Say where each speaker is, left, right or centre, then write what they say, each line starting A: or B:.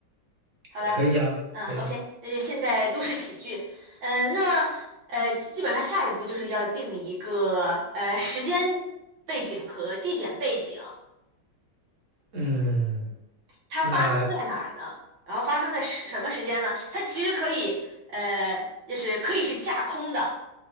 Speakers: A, on the right; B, on the right.
A: 好吧，
B: 可以啊，
A: 嗯，OK，
B: 可以。
A: 那就现在都市喜剧，嗯、那呃，基基本上下一步就是要定一个呃时间背景和地点背景，
B: 嗯，
A: 它发生在哪儿呢？
B: 那
A: 然后发生在什什么时间呢？它其实可以呃，就是可以是架空的，